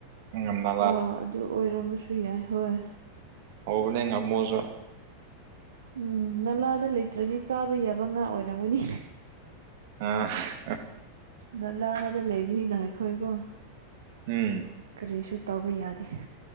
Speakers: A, on the right; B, on the right.
A: ꯏꯉꯝꯃ
B: ꯑ ꯑꯗꯨ ꯑꯣꯏꯔꯝꯃꯁꯨ ꯌꯥꯏ ꯍꯣꯏ
A: ꯑꯣꯏꯕꯅꯦ ꯉꯝꯃꯨꯖꯨ
B: ꯎꯝ ꯅꯂꯥꯗ ꯂꯩꯇ꯭ꯔꯗꯤ ꯆꯥꯕ ꯌꯥꯕ ꯉꯥ ꯑꯣꯏꯔꯝꯒꯅꯤ
A: ꯑꯥ ꯍ
B: ꯅꯂꯥꯗ ꯂꯩꯕꯅꯤꯅ ꯑꯩꯈꯣꯏꯀꯣ
A: ꯎꯝ
B: ꯀꯔꯤꯁꯨ ꯇꯧꯕ ꯌꯥꯗꯦ